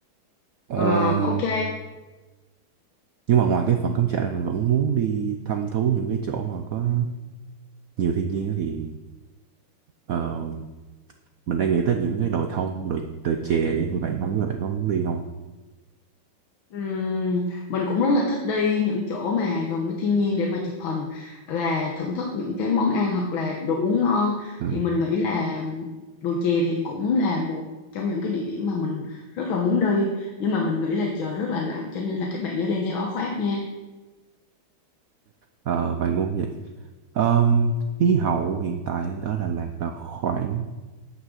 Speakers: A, on the right; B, on the left.
A: Ờm,
B: à, ok
A: nhưng mà ngoài cái phần cắm trại là mình vẫn muốn đi thăm thú những cái chỗ mà có nhiều thiên nhiên á thì ờ, mình đang nghĩ tới những cái đồi thông đồi đồi chè với thì bạn không biết là bạn có muốn đi không
B: Ừm, mình cũng rất là thích đi những chỗ mà gần với thiên nhiên để mà chụp hình và thưởng thức những cái món ăn hoặc là đồ uống ngon
A: ừ.
B: thì mình nghĩ là đồi chè thì cũng là một trong những cái địa điểm mà mình rất là muốn đi nhưng mà mình nghĩ là trời rất là lạnh cho nên là các bạn nhớ đem theo áo khoác nha
A: Ờ, bạn ngu vậy Ờm, khí hậu hiện tại ở Đà Lạt là khoảng